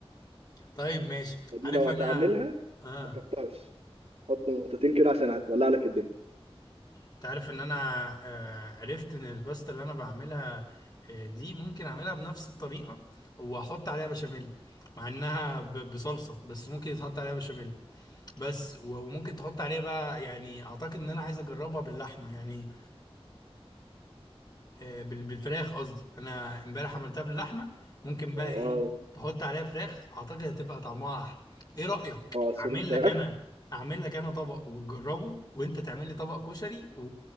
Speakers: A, on the left (about 40°); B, on the right (about 80°).
A: طيب ماشي
B: فدي
A: عارف
B: لو
A: انا
B: هتعملها
A: اه
B: ما تكترش حط نقطتين كده عشان هتولع لك الدنيا
A: انت عارف ان انا آه عرفت ان الباستا اللي انا بعملها آه دي ممكن اعملها بنفس الطريقه واحط عليها بشاميل مع انها ب- بصلصه بس ممكن يتحط عليها بشاميل بس و- وممكن تحط عليها بقى يعني اعتقد ان انا عايز اجربها باللحمه يعني آه، بال- بالفراخ قصدي انا امبارح عملتها باللحمه ممكن بقى ايه
B: اه
A: تحط عليها فراخ اعتقد هتبقى طعمها احلى ايه رايك
B: اه الصدور
A: اعمل
B: فراخ
A: لك انا اعمل لك انا طبق وتجربه وانت تعمل لي طبق كشري و-